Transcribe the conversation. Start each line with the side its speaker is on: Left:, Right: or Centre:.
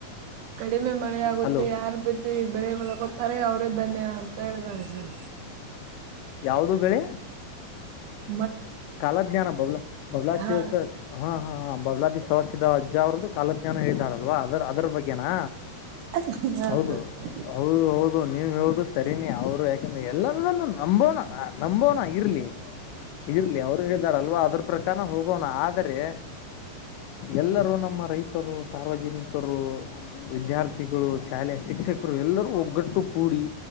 Right: ಕಡಿಮೆ ಮಳೆ ಆಗುತ್ತೆ
Left: ಹಲೋ
Right: ಯಾರ್ ಬತಿ ಬೆಳೆ ಒಳಗೋತಾರೆ ಅವ್ ಧಾನ್ಯ ಅಂತ ಹೇಳಾರೆ ಸರ್
Left: ಯಾವವು್ದ ಬೆಳೆ
Right: ಹ
Left: ಕಾಲಜ್ಞಾನ ಬಬ್ಲ ಬಬಲಾದ
Right: ಹಾ
Left: ಶಿವ ಹಾ ಹಾ ಬಬಲಾದಿ ಸಸಿದ ಅಜ್ಜ ಅವರ್ದು ಕಾಲಜ್ಞಾನ ಹೇತಾರಲ್ವಾ ಅದ್ರ ಅದ್ರ ಬಗ್ಗೆನಾ
Right: ಹ
Left: ಹೌದು ಹೌದು ಹೌದು ನೀವ ಹೇಳುದು ಸರಿನಿ ಅವ್ರು ಯಾಕಂದ್ರೆ ಎಲ್ಲಾರನ್ನುೂ ನಂಬೋನ ನಂಬೋನ ಇರ್ಲಿ ಹ್ಮ ಇರ್ಲಿ ಅವರು ಹೇಳಾರಲ್ವಾ ಅದ್ರ ಪ್ರಕಾರನ ಹೋಗೋಣ ಆದರೆ ಎಲ್ಲರೂ ನಮ್ಮ ರೈತರು ಸಾರ್ವಜನಿಕರು ವಿದ್ಯಾರ್ಥಿಗಳು ಶಾಲೆ ಶಿಕ್ಷಕರು ಎಲ್ಲರೂ ಒಗ್ಗಟ್ಟು ಕೂಡಿ